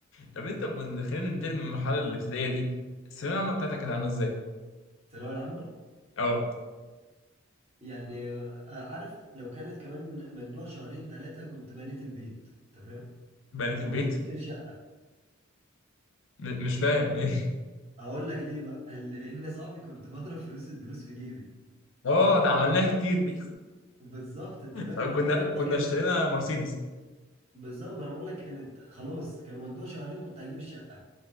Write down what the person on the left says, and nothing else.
طب انت من- خلينا ننتقل من المرحلة الابتدائية دي الثانوية العامة بتاعتك كانت عاملة ازاي؟
اه
بنيت
البيت
م- مش فاهم <laughs> ايه
اه ده عملناها كتير دي
<laughs>
كنا
كنا
اشترينا مرسيدس